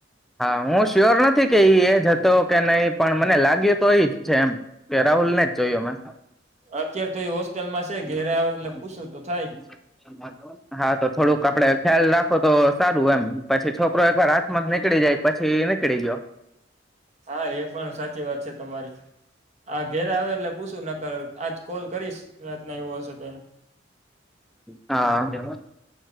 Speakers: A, in the centre; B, on the right.
A: હુ, શ્યોર નથી. કે એ જતો કે નહી પણ મને લાગ્યું તો એ જ છે એમ કે રાહુલ ને જ જોય હા,
B: અત્યારે તો એ હોસ્ટેલમાં છે ઘેરે આવે એટલે પૂછું તો થાય
A: તો થોડુંક આપડે ખ્યાલ રાખો, તો સારું એમ પછી છોકરો એક વાર હાથમાં નીકળી જાય પછી નીકળી ગયો.
B: હા, એ પણ સાચી વાત છે. તમારી આ ઘેરે આવે એટલે પૂછુ, નક આજ કોલ કરીશ વાત ના એવું હશે, તોને
A: હા,